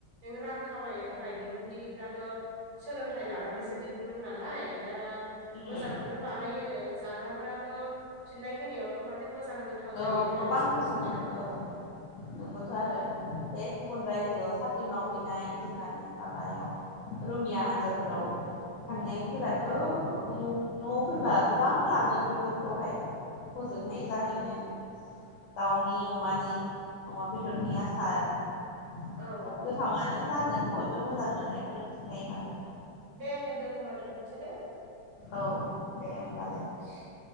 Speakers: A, on the right; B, on the left.
A: नों रां खामायनो थाखाय दिहुनगिरिफ्राथ' सोलोंथाइ लानानैसो दि दों नालाय दा
B: उम
A: मोजांखौनो बानायोनो जाग्राफोराथ' फिननाय होनायाव थ' माथो मोजां गोथाव
B: औ
A: जायो होननानैसो
B: गोबां गोथाव
A: बुंसोगारो।
B: मोनो औ नोंगौथ' आरो बे गुबुन रायजोआव साख्रि मावहैनाय जोंहानि। माबायाव रौनिया हान्जाफोराव थांनायफोराथ'
A: औ औ
B: लु न'आव फैबा गोबां लाङो बेफोरखौहाय हजोंहाय जाहैनो। दाउनि अमानि अमा बेदरनि आसार <unintelligible>
A: औ
B: गोथावनो जागोन बयबो मोजां मोननायखौनोों खिन्थायो माथ <unintelligible>
A: दे लोगो होमबा दोनथ'नोसै दे।
B: औ दे होमबालाय।
A: <inaudible>